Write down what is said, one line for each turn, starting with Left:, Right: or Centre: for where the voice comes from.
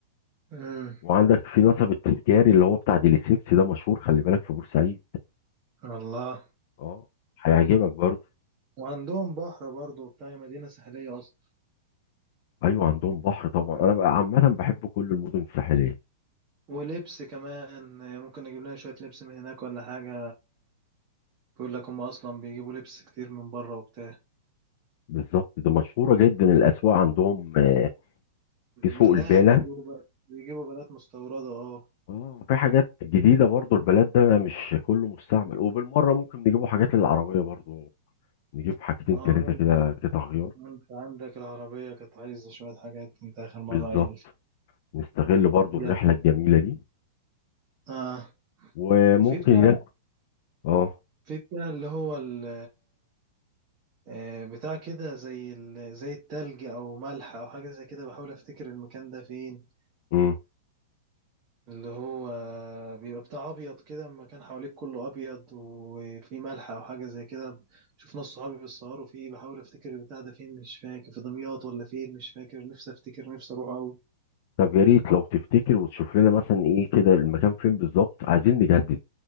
Right: امم
Left: وعندك في نصب التذكاري اللي هو بتاع ديليسيبس ده مشهور خلي بالك في بورسعيد
Right: والله
Left: اه هيعجبك برضه
Right: وعندهم بحر برضه بتاع مدينة ساحلية أصلا
Left: ايوه عندهم بحر طبعا انا بقى عامه بحب كل المدن الساحليه
Right: ولبس كمان ممكن نجيب لنا شوية لبس من هناك ولا حاجة بيقول لك هم أصلا بيجيبوا لبس كتير من بره وبتاع
Left: بالظبط ده مشهوره جدا الاسواق عندهم آه، في سوق
Right: بلاد
Left: البالة
Right: بيجيبوا بقى بيجيبوا بلاد مستوردة اه
Left: اه في حاجات جديده برضو البلد ده مش كله مستعمل وبالمره ممكن نجيبوا حاجات للعربيه برضو نجيب حاجتين
Right: اه
Left: ثلاثه
Right: انت
Left: كده قطع غيار
Right: انت عندك العربية كانت عايزة شوية حاجات انت آخر مرة
Left: بالظبط
Right: قايل لي
Left: نستغل برضو
Right: يا
Left: الرحله الجميله دي
Right: اه
Left: وممكن
Right: في بتاع
Left: هناك اه
Right: في بتاع اللي هو ال آه، بتاع كده زي ال... زي التلج او ملح او حاجة زي كده بحاول افتكر المكان ده فين
Left: امم
Right: اللي هو بيبقى بتاع ابيض كده المكان حواليك كله ابيض وفي ملح او حاجه زي كده شوف ناس صحابي بيتصوروا فيه بحاول افتكر البتاع ده فين مش فاكر في دمياط ولا فين مش فاكر نفسي افتكر نفسي اروح قوي
Left: طب يا ريت لو تفتكر وتشوف لنا مثلا ايه كده المكان فين بالظبط عايزين نجدد